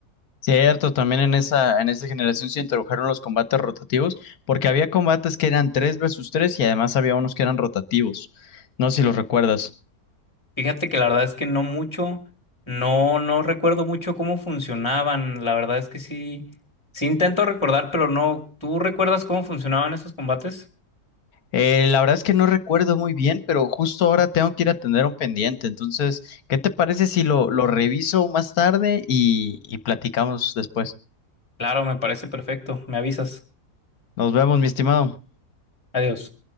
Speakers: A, on the left (about 65°); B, on the left (about 15°).
A: Cierto, también en esa, en esa generación se introdujeron los combates rotativos, porque había combates que eran 3 versus 3 y además había unos que eran rotativos. No sé si los recuerdas.
B: Fíjate que la verdad es que no mucho, no, no recuerdo mucho cómo funcionaban, la verdad es que sí, sí intento recordar, pero no, ¿tú recuerdas cómo funcionaban esos combates?
A: Eh, la verdad es que no recuerdo muy bien, pero justo ahora tengo que ir a atender un pendiente. Entonces, ¿qué te parece si lo, lo reviso más tarde y, y platicamos después?
B: Claro, me parece perfecto, me avisas,
A: Nos vemos, mi estimado.
B: adiós.